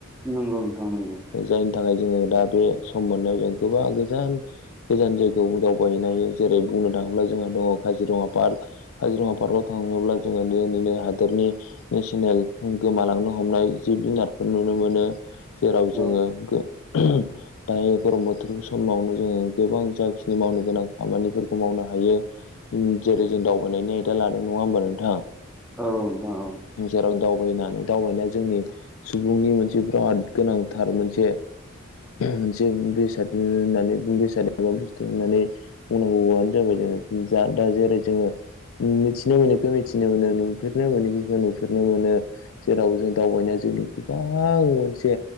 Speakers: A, in the centre; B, on the left.
A: नंगौ नोंथां नंगौ।
B: जायनि थाखाय जोङो दा बे सम मोननायाव जों गोबां गोजान गोजान जायगायाव दावबायहैनो हायो जेरै बुंनो थाङोब्ला जोंङो दङ काजिरङा पार्क काजिरङा पार्कआव थाङोब्ला जोङो दिनैनो <unintelligible> हादोरनि नेसनेल गोमालांनो हमनाय जिब जुनारफोर नुनो मोनो जेराव
A: औ
B: जोङो गो दायो गरम बोथोर समावनो जोङो गोबां जाखिनि मावनो गोनां खामानिफोरखौ मावनो हायो। जेरै जों दावबायनायनि आयदा लादों नङा ओमबा नोंथां?
A: औ नोंथां औ।
B: जेराव दावबायनानै दावबायनाया जोंनि सुबुंनि मोनसे बिराद गोनांथार मोनसे मोनसे बेसाद होननानै बेसाद एबा बस्थु होननानै बुंनांगौआनो जाबाय दा। जा दा जेरै जोङो मिथिनो मोनैखौ मिथिनो मोनो नुफेरनो मोनैखौ नुफेरनो मोनो जेरावबो जों दावबायनाय जों नि गोबां मोनसे